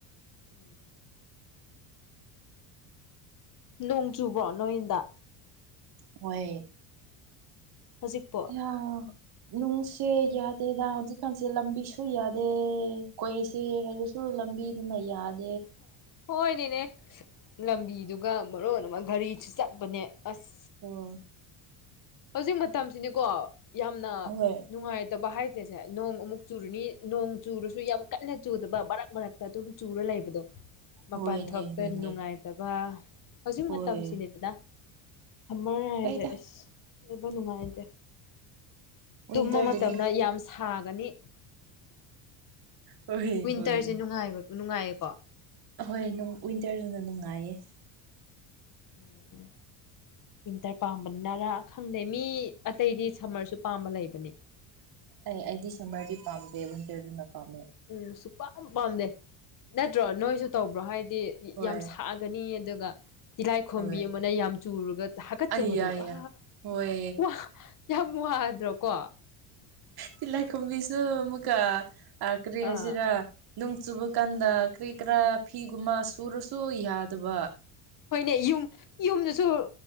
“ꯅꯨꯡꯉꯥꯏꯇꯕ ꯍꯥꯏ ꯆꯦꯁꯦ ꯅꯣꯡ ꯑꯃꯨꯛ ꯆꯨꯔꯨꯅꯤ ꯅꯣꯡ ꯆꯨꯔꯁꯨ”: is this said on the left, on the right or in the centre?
Left